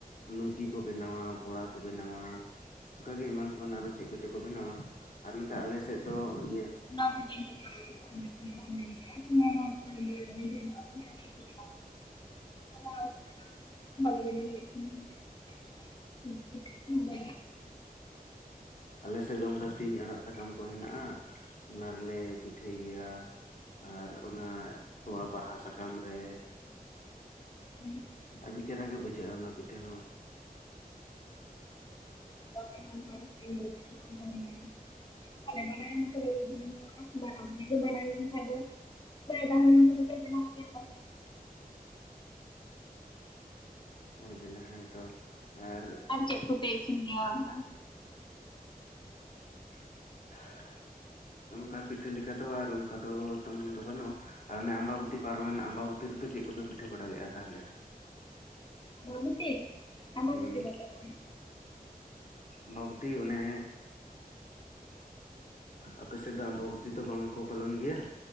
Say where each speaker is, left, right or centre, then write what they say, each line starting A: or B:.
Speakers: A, on the left (about 55°); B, on the left (about 30°).
A: ᱞᱩᱪᱤ ᱠᱚ ᱵᱮᱱᱟᱣᱟ ᱵᱚᱲᱟ ᱠᱚ ᱵᱮᱱᱟᱣᱟ᱾ ᱚᱱᱠᱟᱜᱮ ᱮᱢᱟᱱ ᱛᱮᱢᱟᱱ ᱟᱨᱚ ᱪᱮᱫ ᱠᱚᱪᱚ ᱠᱚ ᱵᱮᱱᱟᱣᱟ ᱟᱨ ᱱᱚᱛᱮ ᱟᱞᱮᱥᱮᱫ ᱫᱚ ᱤᱭᱟᱹ
B: ᱚᱱᱟ ᱫᱚ᱾ <unintelligible> <unintelligible> <unintelligible>
A: ᱟᱞᱮ ᱥᱮᱫ ᱫᱚ ᱚᱱᱠᱟ ᱥᱤᱧ ᱟᱲᱟᱜ ᱥᱟᱠᱟᱢ ᱠᱚ ᱦᱮᱱᱟᱜᱼᱟ ᱚᱱᱟ ᱨᱮᱞᱮ ᱯᱤᱴᱷᱟᱹᱭ ᱜᱮᱭᱟ᱾ ᱟᱨ ᱚᱱᱟ ᱛᱚᱣᱟ ᱵᱟᱦᱟ ᱥᱟᱠᱟᱢ ᱨᱮ
B: ᱦᱩᱸ᱾
A: ᱟᱹᱰᱤ ᱪᱮᱨᱦᱟ ᱜᱮ ᱵᱩᱡᱷᱟᱹᱜᱼᱟ ᱚᱱᱟ ᱯᱤᱴᱷᱟᱹ ᱦᱚᱸ᱾
B: <unintelligible> <unintelligible> <unintelligible>
A: ᱚᱻ ᱡᱟᱞᱟ ᱦᱮᱸ ᱛᱚ ᱟᱨ
B: ᱪᱮᱫ ᱠᱚᱯᱮ ᱤᱥᱤᱱ ᱜᱮᱭᱟ ᱚᱱᱠᱟ?
A: <inaudible> ᱚᱱᱠᱟ ᱯᱤᱴᱷᱟᱹ ᱞᱮᱠᱟ ᱫᱚ ᱟᱨ ᱚᱱᱠᱟ ᱫᱚ ᱛᱮᱢᱚᱱ ᱫᱚ ᱵᱟᱹᱱᱩᱜᱼᱟ ᱟᱨ ᱚᱱᱮ ᱟᱢᱵᱟᱵᱚᱛᱤ ᱯᱟᱨᱚᱢᱮᱱ ᱟᱢᱵᱟᱵᱚᱛᱤ ᱨᱮᱫᱚ ᱪᱮᱫ ᱠᱚᱯᱮ ᱯᱤᱴᱷᱟᱹ ᱵᱟᱲᱟ ᱞᱮᱫᱼᱟ ᱛᱟᱦᱚᱞᱮ?
B: <unintelligible>
A: ᱦᱮᱸ
B: ᱫᱟᱠᱟ ᱠᱚ
A: ᱟᱢᱵᱟᱵᱚᱛᱤ ᱚᱱᱮ ᱟᱯᱮ ᱥᱮᱫ ᱫᱚ ᱟᱢᱵᱟᱵᱚᱛᱤ ᱫᱚ ᱵᱟᱝᱠᱚ ᱯᱟᱞᱚᱱ ᱜᱮᱭᱟ?